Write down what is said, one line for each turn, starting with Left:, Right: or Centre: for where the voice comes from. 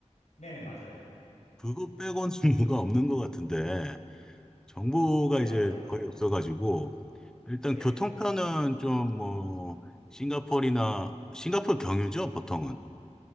Left: 네네, 맞아요.
Centre: 그거 빼고는 <laughs> 뭐가 없는 것 같은데, 정보가
Left: 네,
Centre: 이제
Left: 맞아요.
Centre: 거의 없어가지고, 일단
Left: 네.
Centre: 교통편은 좀 뭐, 싱가포르나, 싱가포르 경유죠, 보통은.